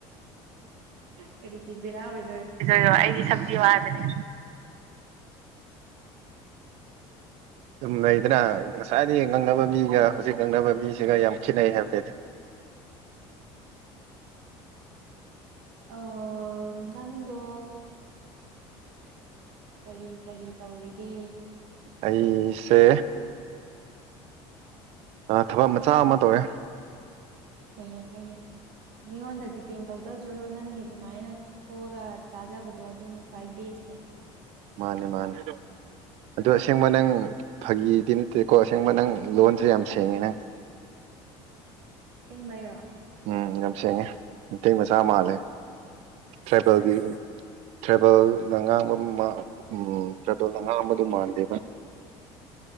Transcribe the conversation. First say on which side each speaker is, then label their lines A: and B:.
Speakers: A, on the right; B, on the right.
A: ꯀꯔꯤꯒꯤ ꯕꯔ ꯑꯣꯏ
B: ꯀꯗꯔꯣ ꯑꯩꯒꯤ ꯁꯞꯖꯤ ꯋꯥꯕꯅꯦ ꯑꯗꯨꯝ ꯂꯩꯗꯅ ꯉꯁꯥꯏꯗꯤ ꯉꯛꯅꯕ ꯃꯤꯒ ꯍꯧꯖꯤꯛ ꯉꯛꯅꯕ ꯃꯤꯁꯤꯒ ꯌꯥꯝ ꯈꯦꯠꯅꯩ ꯍꯥꯏꯕꯗꯤꯗ
A: ꯑꯥ ꯅꯪꯗ ꯀꯔꯤ ꯀꯔꯤ ꯇꯧꯔꯤꯒꯦ
B: ꯑꯩꯁꯦ ꯑ ꯊꯕꯛ ꯃꯆꯥ ꯑꯃ ꯇꯧꯋꯦ
A: ꯐꯩꯌꯦ ꯐꯩꯌꯦ ꯃꯤꯉꯣꯟꯗ ꯗꯤꯄꯦꯟ ꯇꯧꯗꯧꯁꯤꯔꯣ ꯅꯪꯒꯤ ꯑꯗꯨꯃꯥꯏꯅ ꯊꯣꯛꯑꯒ ꯆꯥꯖꯕꯗꯣ ꯑꯗꯨꯅ ꯈ꯭ꯋꯥꯏ ꯕꯦꯁꯅꯦ
B: ꯃꯥꯅꯤ ꯃꯥꯅꯤ ꯑꯗꯣ ꯑꯁꯦꯡꯕ ꯅꯪ ꯐꯥꯒꯤꯗꯤ ꯅꯠꯇꯦꯀꯣ ꯑꯁꯦꯡꯕ ꯅꯪ ꯂꯣꯟꯁꯦ ꯌꯥꯝ ꯁꯦꯡꯉꯤ ꯅꯪ
A: ꯁꯦꯡꯕ ꯍꯥꯏꯔꯣ
B: ꯎꯝ ꯌꯥꯝ ꯁꯦꯡꯉꯦ ꯃꯤꯇꯩ ꯃꯆꯥ ꯃꯥꯜꯂꯦ
A: ꯑꯁ
B: ꯇ꯭ꯔꯥꯏꯕꯦꯜꯒꯤꯦ
A: ꯑꯁ ꯑꯁ
B: ꯇ꯭ꯔꯥꯕꯦꯜꯅ ꯉꯥꯡꯕ ꯎꯝ ꯇ꯭ꯔꯥꯕꯦꯜꯅ ꯉꯥꯡꯕ ꯑꯗꯨ ꯃꯥꯟꯗꯦꯕ